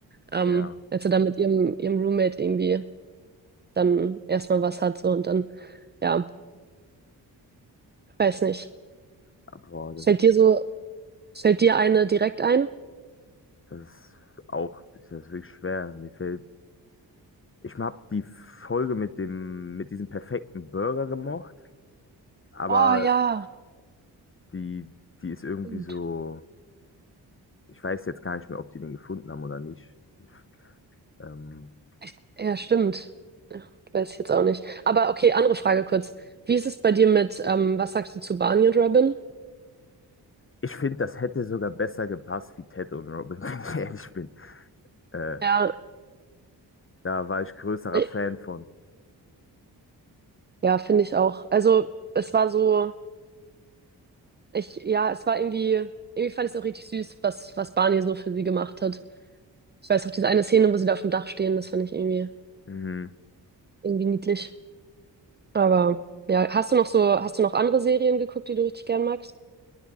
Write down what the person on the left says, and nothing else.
ja.
Ah, Boah, das
ist.
Das ist auch, das ist wirklich schwer. Mir fällt. Ich habe die Folge mit dem, mit diesem perfekten Burger gemocht, aber
die, die ist irgendwie
so. Ich weiß jetzt gar nicht mehr, ob die den gefunden haben oder nicht. Ich, ähm,
ich finde, das hätte sogar besser gepasst wie Ted und Robin, <laughs> wenn ich ehrlich bin. Äh,
da war ich größerer
Fan von.
Mhm.